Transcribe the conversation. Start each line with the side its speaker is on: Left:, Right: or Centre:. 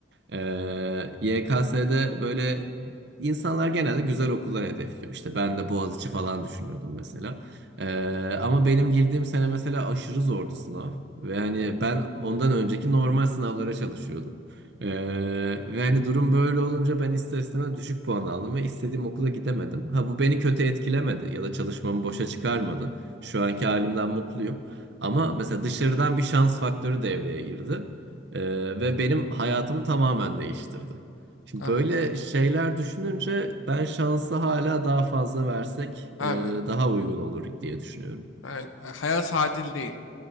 Right: Ee, YKS'de böyle insanlar genelde güzel okullar hedefliyor. İşte ben de Boğaziçi falan düşünüyordum mesela. Ee, ama benim girdiğim sene mesela aşırı zordu sınav. Ve hani ben ondan önceki normal sınavlara çalışıyordum. Ee, ve hani durum böyle olunca ben ister istemez düşük puan aldım ve istediğim okula gidemedim. Ha bu beni kötü etkilemedi ya da çalışmamı boşa çıkarmadı. Şu anki halimden mutluyum. Ama mesela dışarıdan bir şans faktörü devreye girdi. Ee, ve benim hayatımı tamamen değiştirdi. Şimdi
Left: Abi,
Right: böyle şeyler düşününce ben şansı hala daha fazla versek
Left: abi
Right: e, daha uygun olur diye düşünüyorum.
Left: ben, hayat adil değil.